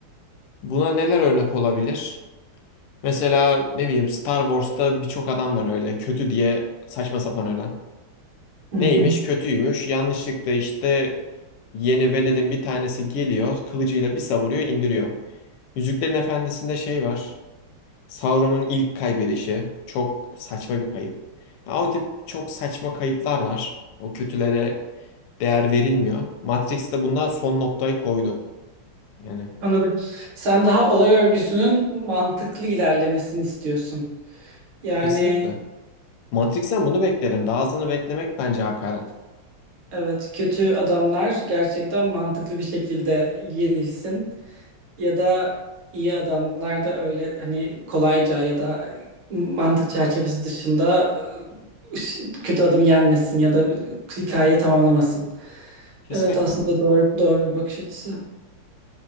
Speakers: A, on the left (about 85°); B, on the right (about 70°).
A: Buna neler örnek olabilir? Mesela ne bileyim Star Wars'ta birçok adam var öyle kötü diye saçma sapan ölen.
B: hı
A: Neymiş
B: hı.
A: kötüymüş. Yanlışlıkla işte yeni veledin bir tanesi geliyor. Kılıcıyla bir savuruyor indiriyor. Yüzüklerin Efendisi'nde şey var. Sauron'un ilk kaybedişi. Çok saçma bir kayıp. Ya O tip çok saçma kayıplar var. O kötülere değer verilmiyor. Matrix de bundan son noktayı koydu. Yani
B: Anladım. Sen daha olay örgüsünün mantıklı ilerlemesini istiyorsun. Yani
A: kesinlikle. Matrix'ten bunu beklerim. Daha azını beklemek bence hakaret.
B: Evet, kötü adamlar gerçekten mantıklı bir şekilde yenilsin ya da iyi adamlar da öyle hani kolayca ya da mantık çerçevesi dışında e, ş- kötü adamı yenmesin ya da bir- hikayeyi tamamlamasın.
A: Kesinlikle.
B: Evet aslında doğru doğru bir bakış açısı.